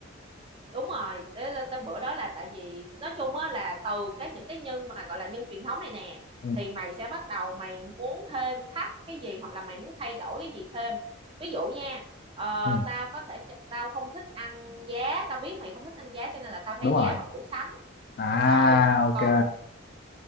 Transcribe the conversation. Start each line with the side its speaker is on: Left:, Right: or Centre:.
Right: đúng rồi tới, tới, tới bữa đó là tại vì nói chung á là từ cái những cái nhân mà gọi là nhân truyền thống này nè
Left: ừ,
Right: thì mày sẽ bắt đầu mày muốn thêm thắt cái gì hoặc là mày muốn thay đổi cái gì thêm ví dụ nha ờ,
Left: ừ
Right: tao có thể ch- tao không thích ăn giá tao biết mày không thích ăn giá cho nên là tao thay
Left: đúng rồi
Right: giá bằng củ sắn
Left: à
Right: rồi
Left: ok
Right: còn